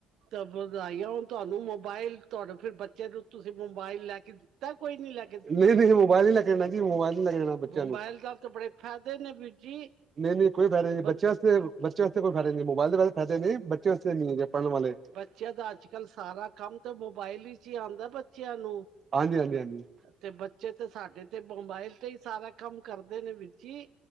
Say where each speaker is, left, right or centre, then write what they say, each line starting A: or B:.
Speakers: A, on the right; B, on the right.
A: ਤਾਂ ਵਧਾਈ ਹੋਣ ਤੁਆਨੂੰ, ਮੋਬਾਇਲ ਤੁਹਾਡੇ ਫੇਰ ਬੱਚੇ ਨੂੰ, ਤੁਸੀਂ ਮੋਬਾਇਲ ਲੈ ਕੇ ਤਾਂ, ਕੋਈ ਨੀ ਲੱਗ
B: ਨਈ- ਨਈ ਮੋਬਾਇਲ ਨੀ ਲੈਕੇ ਦੇਣਾ ਜੀ, ਮੋਬਾਇਲ ਨਈ ਲੈਕੇ ਦੇਣਾ ਬੱਚੇਆਂ
A: ਮੋਬਾਇਲ
B: ਨੂੰ
A: ਨਾਲ ਤਾਂ ਬੜੇ ਫਾਇਦੇ ਨੇ ਵੀਰ ਜੀ
B: ਨਈ- ਨਈ ਕੋਈ ਫਾਇਦਾ ਨਈ,
A: ਬੱਚੇ
B: ਬੱਚੇਆ ਵਾਸਤੇ,
A: ਬ-
B: ਬੱਚੇ ਆ ਵਾਸਤੇ ਕੋਈ ਫਾਇਦਾ ਨਈ, ਮੋਬਾਇਲ ਦੇ ਵੈਸੇ ਫਾਇਦੇ ਨੇ, ਬੱਚੇਆ ਵਾਸਤੇ ਨਈ ਹੈਗੇ ਪੜਨ ਵਾਲੇ
A: ਬੱਚੇਆਂ ਦਾ ਅੱਜ-ਕੱਲ੍ਹ ਸਾਰਾ ਕੰਮ ਤਾਂ, ਮੋਬਾਇਲ ਵਿੱਚ ਈ ਆਂਦਾ ਬੱਚੇਆਂ ਨੂੰ
B: ਹਾਂਜੀ- ਹਾਂਜੀ, ਹਾਂਜੀ
A: ਤੇ, ਬੱਚੇ ਤੇ ਸਾਡੇ ਤੇ ਮੋਬਾਇਲ ਤੇ ਈ ਸਾਰਾ ਕੰਮ ਕਰਦੇ ਨੇ ਵੀਰ ਜੀ।